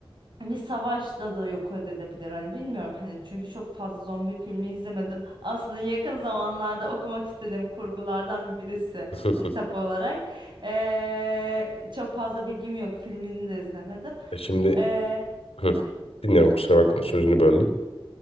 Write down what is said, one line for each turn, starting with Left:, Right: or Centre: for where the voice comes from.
Right: bir savaşta da yok edilebilir hani bilmiyorum hani çünkü çok fazla zombi filmi izlemedim. Aslında yakın zamanlarda okumak istediğim kurgulardan birisi
Left: <laughs>
Right: kitap olarak. Ee, çok fazla bilgim yok filmini de izlemedim.
Left: E Şimdi
Right: Ee,
Left: hı. dinliyorum kusura bakma sözünü böldüm.